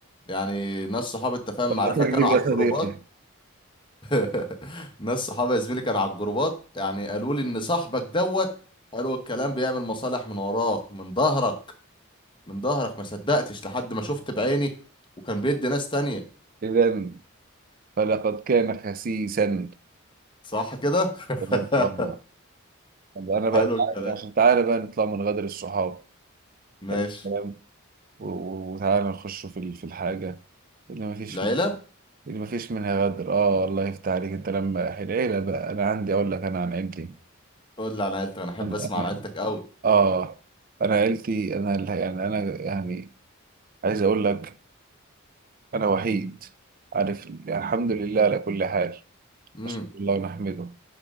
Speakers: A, on the left; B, on the right.
A: يعني ناس صحاب انت فاهم
B: وما
A: معرفة
B: تكذب
A: كانوا على
B: يا صديقي
A: الجروبات <laughs> ناس صحابي يا زميلي كانوا على الجروبات يعني قالوا لي ان صاحبك دوت قالوا الكلام بيعمل مصالح من وراك من ظهرك من ظهرك ما صدقتش لحد ما شفت بعيني وكان بيدي ناس تانية
B: إذا فلقد كان خسيسا
A: صح كده <laughs>
B: تمام آه طب أنا بقى
A: حلو الكلام
B: تعال- عشان تعالى بقى نطلع من غدر الصحاب
A: ماشي
B: حلو الكلام و- و- وتعالى نخش في ال- في الحاجة اللي مفيش
A: العيلة
B: م- اللي مفيش منها غدر اه الله يفتح عليك انت لما العيلة بقى انا عندي اقول لك انا عن عيلتي
A: قول لي عن عيلتك انا احب
B: انا
A: اسمع
B: انا
A: عن عيلتك قوي
B: اه انا عيلتي انا ال- يعني انا يعني عايز اقول لك انا وحيد عارف يعني الحمد لله على كل حال
A: امم
B: نشكر الله ونحمده